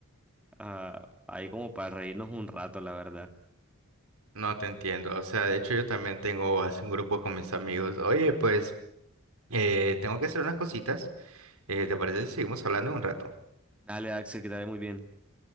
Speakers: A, in the centre; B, on the right (about 80°).
A: ah, ahí como para reírnos un rato, la verdad.
B: No te entiendo. O sea, de hecho yo también tengo así un grupo con mis amigos. Oye, pues eh, tengo que hacer unas cositas. Eh, ¿te parece si seguimos hablando en un rato?
A: Dale, Axel, que te vaya muy bien.